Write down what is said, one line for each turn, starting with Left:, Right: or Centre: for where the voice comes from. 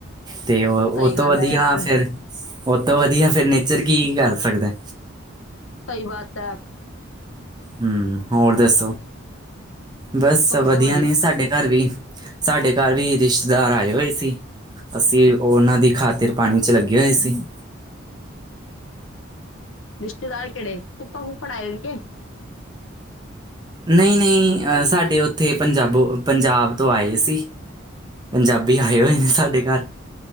Right: ਤੇ ਉਹ ਓਹ
Left: ਸਹੀ ਗੱਲ
Right: ਤੋਂ ਵਧੀਆ
Left: ਹੈ ਯਾਰ
Right: ਫੇਰ ਉਹਤੋਂ ਵਧੀਆ ਫਿਰ ਨੇਚਰ ਕੀ ਕਰ ਸਕਦਾ?
Left: ਸਹੀ ਬਾਤ ਐ।
Right: ਹਮ। ਹੋਰ ਦੱਸੋ? ਬਸ
Left: ਹੋਰ ਸਭ
Right: ਵਧੀਆ ਨੇ ਸਾਡੇ ਘਰ ਵੀ, ਸਾਡੇ ਘਰ ਵੀ ਰਿਸ਼- ਤੇਦਾਰ ਆਏ ਹੋਏ ਸੀ, ਅਸੀਂ ਉਹਨਾਂ ਦੀ ਖਾਤਿਰ ਪਾਣੀ ਚ ਲੱਗੇ- ਲੱਗੇ ਹੋਏ ਸੀ।
Left: ਰਿਸ਼ਤੇਦਾਰ ਕਿਹੜੇ ਫੁਪਾ ਫੁਫੜ ਆਏ ਹੋਨ ਕੇ?
Right: ਨਹੀਂ- ਨਹੀਂ ਅ ਸਾਡੇ ਉੱਥੇ ਪੰਜਾਬੋ ਪੰਜਾਬ ਤੋਂ ਆਏ ਸੀ। ਪੰਜਾਬੀ ਆਏ ਹੋਏ ਨੇ ਸਾਡੇ ਘਰ।